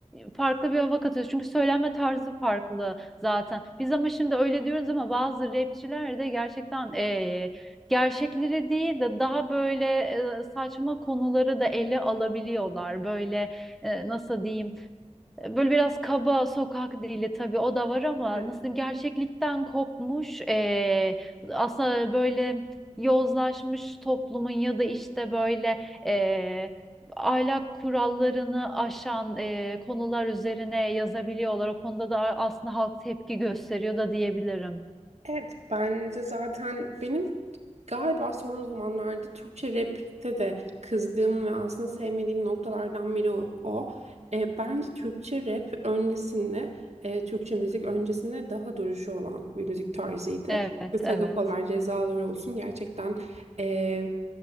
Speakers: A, in the centre; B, on the right.
A: farklı bir hava katıyoruz. Çünkü söylenme tarzı farklı zaten. Biz ama şimdi öyle diyoruz ama bazı rapçiler de gerçekten eee, gerçekleri değil de daha böyle eee, saçma konuları da ele alabiliyorlar. Böyle eee, nasıl diyeyim? Böyle biraz kaba sokak dili tabii o da var ama
B: Evet.
A: nasıl diyeyim, gerçeklikten kopmuş eee, aslında böyle yozlaşmış toplumun ya da işte böyle eee, ahlak kurallarını aşan eee, konular üzerine yazabiliyorlar. O konuda da aslında halk tepki gösteriyor da diyebilirim.
B: Evet bence zaten benim galiba son zamanlarda Türkçe rap'te de kızdığım ve aslında sevmediğim noktalardan biri o. o. E, bence Türkçe rap öncesinde, e, Türkçe müzik öncesinde daha duruşu olan bir müzik tarzıydı.
A: Evet,
B: ve Sagapalar,
A: evet.
B: cezalar olsun gerçekten e,